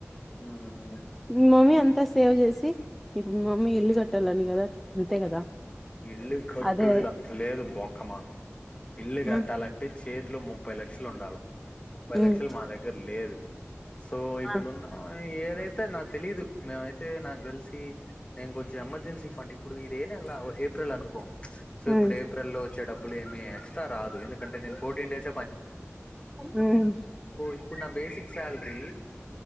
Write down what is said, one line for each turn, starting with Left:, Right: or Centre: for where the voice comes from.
Left: ఉమ్.
Centre: మీ మమ్మీ అం అంతా సేవ్ చేసి నీ మమ్మీ ఇల్లు కట్టాలని కదా అంతే కదా
Left: ఇల్లు కట్టుళ్ళు
Centre: అదే
Left: అంత లేదు బొక్క మాకు ఇల్లు కట్టాలంటే
Centre: ఆ
Left: చేతిలో ముప్పై ముప్పై లక్షలు ఉండాల ముప్పై లక్షలు
Centre: ఉమ్
Left: మా దగ్గర లేదు సో ఇప్పుడున్న
Centre: ఆ
Left: ఏదైతే నాకు తెలీదు మేమైతే నాకు తెలిసి నేను కొంచెం ఎమర్జెన్సీ ఫండ్ ఇప్పుడు ఇదే <unintelligible> ఏప్రిల్ అనుకో సో
Centre: ఉమ్
Left: ఇప్పుడు ఏప్రిల్ లో వచ్చే డబ్బులు ఏమి ఎక్స్ట్రా రాదు ఎందుకంటే నేను ఫోర్టీన్ డేస్
Centre: హ్మ్
Left: ఇప్పుడు నా బేసిక్ శాలరీ